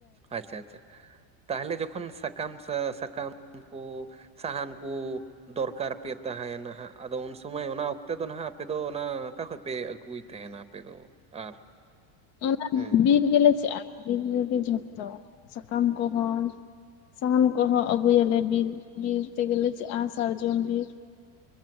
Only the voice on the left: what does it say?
ᱚᱱᱟ
ᱵᱤᱨ ᱜᱮᱞᱮ ᱪᱟᱜ-ᱟ ᱾ ᱵᱤᱨ ᱨᱮᱜᱮ ᱡᱷᱚᱛᱚ ᱥᱟᱠᱟᱢ ᱠᱚᱦᱚᱸ ᱥᱟᱦᱟᱱ ᱠᱚᱦᱚᱸ ᱟᱹᱜᱩᱭᱟᱞᱮ ᱵᱤᱨ, ᱵᱤᱨ ᱛᱮ ᱜᱮ ᱪᱟᱜ-ᱟ ᱥᱟᱨᱡᱚᱱ ᱵᱤᱨ